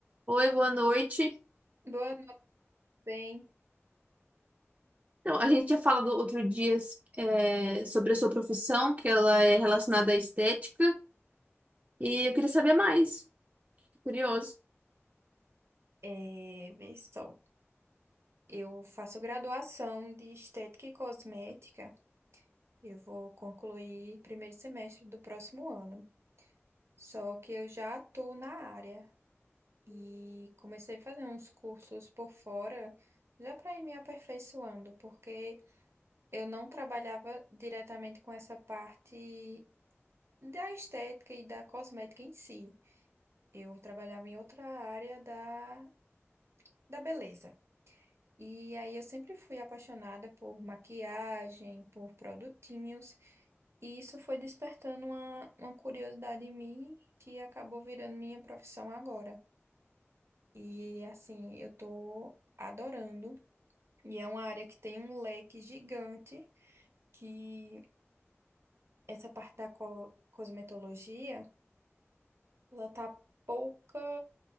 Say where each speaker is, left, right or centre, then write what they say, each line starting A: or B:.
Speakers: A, on the right (about 35°); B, on the right (about 65°).
A: Oi, boa noite.
B: Boa, bem,
A: Então, a gente tinha falado outro dia é, sobre a sua profissão, que ela é relacionada à estética, e eu queria saber mais. Curioso.
B: é, vê só. Eu faço graduação de estética e cosmética. Eu vou concluir primeiro semestre do próximo ano. Só que eu já atuo na área e comecei a fazer uns cursos por fora, já para ir me aperfeiçoando, porque eu não trabalhava diretamente com essa parte da estética e da cosmética em si. Eu trabalhava em outra área da, da beleza. E aí eu sempre fui apaixonada por maquiagem, por produtinhos, e isso foi despertando uma, uma curiosidade em mim que acabou virando minha profissão agora. E assim, eu tô adorando, e é uma área que tem um leque gigante, que essa parte da co- cosmetologia, ela tá pouca.